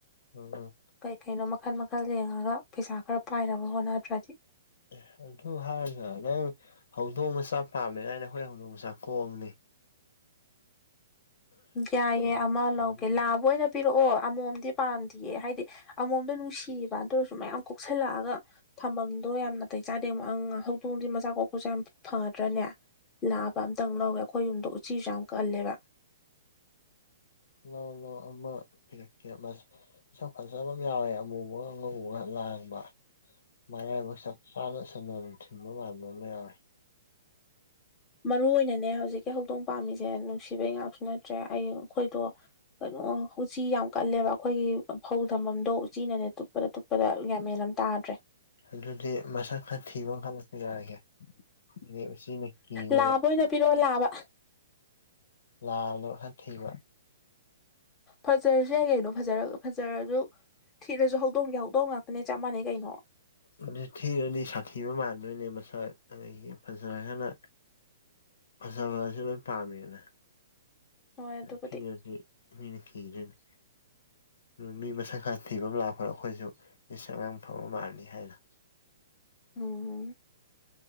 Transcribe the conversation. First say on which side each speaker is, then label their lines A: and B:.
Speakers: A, on the left; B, on the left.
A: ꯎꯝ
B: ꯀꯩ ꯀꯩꯅꯣ ꯃꯈꯜ ꯃꯈꯜ ꯌꯦꯡꯉꯒ ꯄꯩꯁꯥ ꯈꯔ ꯄꯥꯏꯅꯕ ꯍꯣꯠꯅꯗ꯭ꯔꯗꯤ
A: ꯑꯦ ꯑꯗꯨ ꯍꯥꯏꯔꯒ ꯅꯪ ꯍꯧꯗꯣꯡ ꯃꯆꯥ ꯄꯥꯝꯃꯦꯅ ꯑꯩꯅ ꯑꯩꯈꯣꯏ ꯍꯧꯗꯣꯡ ꯃꯆꯥ ꯀꯣꯛꯑꯝꯅꯤ
B: ꯌꯥꯏꯌꯦ
A: ꯍꯧꯗꯣꯡ
B: ꯑꯃ ꯂꯧꯒꯦ ꯂꯥꯕꯥ ꯑꯣꯏꯅ ꯄꯤꯔꯛꯑꯣ ꯑꯃꯣꯝꯗꯤ ꯄꯥꯝꯗꯤꯌꯦ ꯍꯥꯏꯗꯤ ꯑꯃꯣꯝꯗꯣ ꯅꯨꯡꯁꯤꯌꯦꯕ ꯑꯗꯨꯑꯣꯏꯔꯁꯨ ꯃꯌꯥꯝ ꯀꯣꯛꯁꯜꯂꯛꯑꯒ ꯊꯝꯕꯝꯗꯣ ꯌꯥꯝ ꯅꯥꯇꯩ ꯆꯥꯗꯦ ꯑꯃꯛ ꯑꯪ ꯍꯧꯗꯣꯡꯗꯤ ꯃꯆꯥ ꯀꯣꯛꯄꯁꯨ ꯌꯥꯝ ꯐꯗ꯭ꯔꯅꯦ ꯂꯥꯕ ꯑꯝꯇꯪ ꯂꯧꯒꯦ ꯑꯩꯈꯣꯏ ꯌꯨꯝꯗꯣ ꯎꯆꯤꯁꯨ ꯌꯥꯝ ꯀꯜꯂꯦꯕ
A: ꯂꯥꯎ-ꯂꯥꯎ ꯑꯃ ꯄꯤꯔꯛꯀꯦ <unintelligible> ꯁꯛ ꯐꯖꯕ ꯑꯃ ꯌꯥꯎꯋꯦ ꯑꯃꯨꯕꯒ ꯑꯉꯧꯕꯒ ꯄꯥꯡꯕ
B: <inaudible>
A: ꯃꯔꯥꯏꯕꯛ ꯆꯞ ꯆꯥꯅ ꯁꯗꯣꯟ ꯊꯤꯟꯕ ꯃꯥꯟꯕꯃ ꯌꯥꯎꯌꯦ
B: ꯃꯔꯨ ꯑꯣꯏꯅꯅꯦ ꯍꯧꯖꯤꯛꯀꯤ ꯍꯧꯗꯣꯡ ꯄꯥꯝꯃꯤꯁꯦ ꯅꯨꯡꯁꯤꯕꯩ ꯉꯥꯛꯁꯨ ꯅꯠꯇ꯭ꯔꯦ ꯑꯩ ꯑꯩꯈꯣꯏꯗꯣ ꯑꯣ ꯎꯆꯤ ꯌꯥꯝ ꯀꯜꯂꯦꯕ ꯑꯩꯈꯣꯏꯒꯤ ꯐꯧ ꯊꯝꯃꯝꯗꯣ <unintelligible> ꯆꯤꯅꯅꯦ ꯇꯨꯞꯄꯗ ꯇꯨꯞꯄꯗ ꯌꯥꯟꯃꯦꯟ ꯑꯃ ꯇꯥꯗ꯭ꯔꯦ
A: ꯑꯗꯨꯗꯤ ꯃꯁꯛ ꯈꯔ ꯊꯤꯕ <unintelligible> ꯎꯆꯤꯅ ꯀꯤꯅꯕ
B: ꯂꯥꯕ ꯑꯣꯏꯅ ꯄꯤꯔꯛꯑꯣ ꯂꯥꯕ
A: ꯂ꯭ꯥꯕꯗꯣ ꯍꯟ <unintelligible>
B: ꯐꯖꯔꯁꯨ ꯌꯥꯏ ꯀꯩꯅꯣ ꯐꯖꯔ ꯐꯖꯔꯁꯨ ꯊꯤꯔꯁꯨ ꯍꯧꯗꯣꯡꯒꯤ ꯍꯧꯗꯣꯡ ꯉꯥꯛ ꯅꯦ ꯆꯞ ꯃꯥꯟꯅꯩ ꯀꯩꯅꯣ
A: ꯑꯗꯨ ꯊꯤꯔꯅꯤ ꯁꯥꯊꯤꯕ ꯃꯥꯟꯗꯣꯏꯅꯦ ꯃꯁꯛ ꯑꯗꯒꯤ ꯐꯖꯔꯒꯅ ꯐꯖꯕ ꯑꯁꯤ ꯂꯣꯏ ꯄꯥꯝꯃꯤꯗꯅ
B: ꯍꯣꯏ ꯑꯗꯨꯕꯨꯗꯤ
A: ꯊꯤꯔꯗꯤ ꯃꯤꯅ ꯀꯤꯅꯤꯅ ꯃꯤ ꯃꯁꯛ ꯈꯔ ꯊꯤꯕ ꯑꯃ ꯂꯥꯛꯄꯗ ꯑꯩꯈꯣꯏꯁꯨ ꯏꯁ ꯑꯉꯥꯡ ꯐꯥꯕ ꯃꯥꯜꯂꯤ ꯍꯥꯏꯅ <inaudible>
B: ꯑꯝ